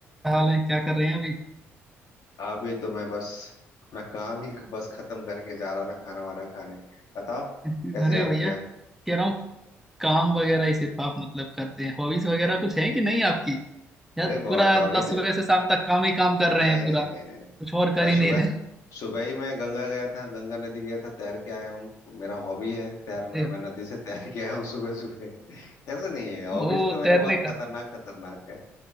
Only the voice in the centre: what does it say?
हाल है क्या कर रहे हैं अभी
<laughs> अरे
भैया
कह रहा हूँ काम वगैरह ही सिर्फ आप मतलब करते हैं हॉबीज वगैरह कुछ है कि नहीं आपकी या
पूरा
मतलब सुबह
से शाम तक काम ही काम कर
रहे हैं पूरा
कुछ
और कर
ही
नहीं रहे
<laughs> अरे
ओ
तैरने
का